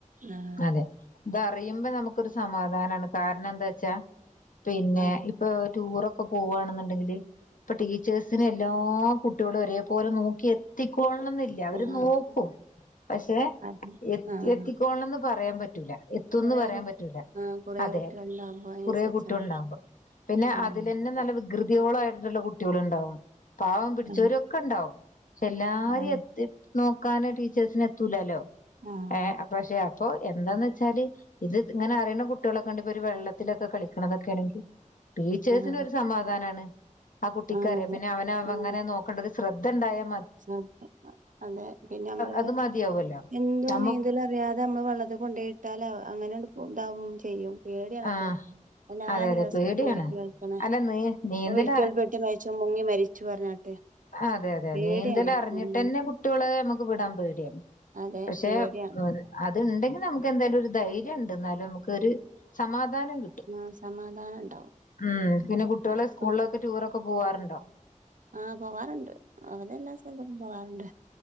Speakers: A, on the right; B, on the left.
A: ആഹ്
B: അതെ ഇതറിയുമ്പോ നമുക്കൊരു സമാധാനാണ് കാരണം എന്താ വച്ചാ പിന്നെ
A: ആഹ്
B: ഇപ്പൊ ടൂറൊക് ഇപ്പൊ പോവാണെന്നുണ്ടെങ്കിൽ ഇപ്പൊ ടീച്ചേഴിന് എല്ലാ കുട്ടികളും ഒരേ പോലെ നോക്കി എത്തിക് പോവണന്നില്ല അവര്
A: ആഹ്
B: നോക്കും പക്ഷെ
A: അത്
B: എ
A: ആഹ്
B: എത്തിക്കോണന്ന് പറയാൻ പറ്റ <unintelligible> റ്റുല എത്തുംന്ന്
A: കൊറേ
B: പറയാൻ
A: കു
B: പറ്റ് റ്റുലഅതെ
A: ആഹ് കൊറേ കുട്ടികളുണ്ടാവുമ്പോ അതിനനുസരിച്ച്
B: കുറേ കുട്ടിക
A: നമുക്ക്
B: ളുണ്ടാവുമ്പോ പിന്നെ
A: ആഹ്
B: അതിലന്നെ നല്ല വൃ കൃതിഹോളായിട്ടുള്ള കുട്ട്യേളു ണ്ടാവും പാവം പിടിച്ചോരൊക്കെ
A: അതെ
B: ഉണ്ടാവും ക്ഷെ എല്ലാരി
A: ആഹ്
B: എത് എത് നോക് ക്കാനെ ടീച്ചേഴ്സിന് എത്തൂല്ലല്ലോ
A: ആഹ് അതെ
B: ഏ അപ്പക്ഷേ അപ്പോഎന്താന്ന് വെച്ചാല് ഇത് ഇങ്ങനെ അറിയുന്ന കുട്ടികളൊക്കെ കണ്ട് ഇപ്പോ ഒരു വെള്ളത്തിലൊക്കെ കളിക്കണതൊക്കൊണെങ്കിൽ ടീച്ചേഴ്സിനൊരു
A: ആഹ്
B: സമാധാനമാണ് ആ കുട്ടിക്കറ്യ
A: ആഹ് അതെ
B: പിന്നെ അവന അവ
A: ഉം
B: അങ്ങനെ നോക്കേണ്ടത് ശ്രദ്ധ ഇണ്ടായം
A: <unintelligible> അതെ പിന്നെ നമ്മള്
B: അത് മതിയാവല്ലോ
A: എന്തോ
B: നമ്മ
A: നീന്തല റിയാതെ നമ്മള് വെള്ളത് കൊണ്ടോയിട്ടാല ങ്ങനെണ്ട് പോവും ഉണ്ടാവും ചെയ്യും പേടിയണ്പ്പോ
B: ആ
A: എല്ലാ
B: അതെ
A: ആ
B: അതെ
A: ദിവസം
B: പേടിയാണ്
A: ഇങ്ങനെയൊക്കെ കേൾക്ക്ണേ
B: അല്ല നീ നീന്തൽ
A: ഒഴു ക്കിൽപ്പെട്ടു മരിച്ചു മുങ്ങി മരിച്ചു ച്ചു പറഞ്ഞാട്ട്
B: ആഹ് അതെ തെ തെ
A: പേടിയാണ്
B: നീന്തലറിഞ്ഞിട്ടന്നെ
A: ഉം
B: കുട്ട്യോള് നമു ക്ക്‌വിടാൻ പേടിയാണ്
A: അതെ
B: പക്ഷേ
A: പേടിയാണ്
B: <unintelligible> അ യണ്ടെങ്കിൽ നമുക്ക് എന്തായാലും ഒരു ധൈര്യമൊണ്ട്‌ എന്നാലും നമുക്കൊരു സമാധ വാനേം ട്ടും
A: ആ സമാധാനം ഉണ്ടാവും
B: ഉം പിന്നെ കുട്ടികളെ
A: അപ്പം
B: സ്കൂളിലക്കെ ടൂറക്കെ ക്കൊ പോവാറുണ്ടോ?
A: ആഹ് പോവാറുണ്ട്. അവടെ എല്ലാ സ്ഥലും പോവാറുണ്ട്.